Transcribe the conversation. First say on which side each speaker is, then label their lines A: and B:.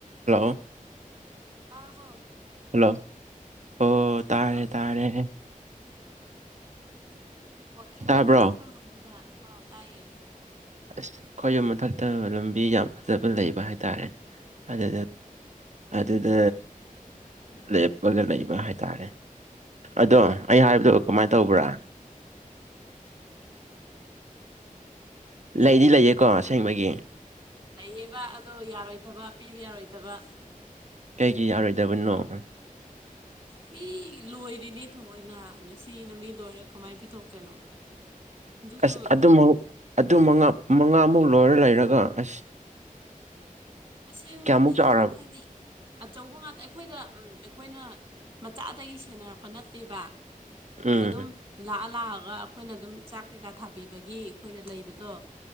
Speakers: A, on the right; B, on the right.
A: Hello
B: ꯇꯥꯔꯕꯣ
A: hello ꯑꯣ ꯇꯥꯔꯦ
B: hello
A: ꯇꯥꯔꯦ
B: ꯋꯥꯀꯤꯡ
A: ꯇꯥꯕ꯭ꯔꯣ
B: ꯒꯅꯆꯠꯄ <unintelligible> ꯍꯥꯎ ꯇꯥꯏꯦ
A: ꯑꯁ ꯈꯣꯏ ꯌꯨꯝ ꯃꯊꯛꯇ ꯂꯝꯕꯤ ꯌꯥꯝ ꯐꯖꯕ ꯂꯩꯕ ꯍꯥꯏꯇꯥꯔꯦ ꯑꯗꯨꯗ ꯑꯗꯨꯗ ꯂꯦꯞꯄꯒ ꯂꯩꯕ ꯍꯥꯏꯇꯥꯔꯦ ꯑꯗꯣ ꯑꯩ ꯍꯥꯏꯕꯗꯣ ꯀꯃꯥꯏꯅ ꯇꯧꯕ꯭ꯔꯥ ꯂꯩꯗꯤ ꯂꯩꯌꯦꯀꯣ ꯑꯁꯦꯡꯕꯒꯤ
B: ꯂꯩꯌꯦꯕ ꯑꯗꯣ ꯌꯥꯔꯣꯏꯗꯕ ꯄꯤꯕ ꯌꯥꯔꯣꯏꯗꯕ
A: ꯀꯩꯒꯤ ꯌꯥꯔꯣꯏꯗꯕꯅꯣꯁ
B: ꯃꯤ ꯂꯣꯏꯔꯤꯅꯦ ꯊꯑꯣꯏꯅ ꯅꯨꯡꯁꯤꯅ ꯃꯤ ꯂꯣꯏꯔ ꯀꯃꯥꯏꯅ ꯄꯤꯊꯣꯛꯇꯣꯏꯅꯣ ꯑꯗꯨꯁꯨ
A: ꯑꯁ ꯑꯗꯨ ꯑꯗꯨ ꯃꯉꯥ ꯃꯉꯥꯃꯨꯛ ꯂꯣꯏꯔ ꯂꯩꯔꯒ ꯑꯁ
B: ꯑꯁꯦꯡꯕꯗꯤ
A: ꯀꯌꯥꯃꯨꯛ ꯆꯥꯎꯔꯕ
B: ꯍꯥꯏꯗꯤ ꯑꯆꯧꯕ ꯉꯥꯛꯇ ꯑꯩꯈꯣꯏꯗ ꯎꯝ ꯑꯩꯈꯣꯏꯅ ꯃꯆꯥꯗꯒꯤ ꯁꯦꯟꯅꯔꯛꯄ ꯅꯠꯇꯦꯕ
A: ꯎꯝ
B: ꯑꯗꯨꯝ ꯂꯥꯛꯑ ꯂꯥꯛꯑꯒ ꯑꯩꯈꯣꯏꯅ ꯑꯗꯨꯝ ꯆꯥꯛ ꯀꯩꯀꯥ ꯊꯥꯕꯤꯕꯒꯤ ꯑꯩꯈꯣꯏꯗ ꯂꯩꯕꯗꯣ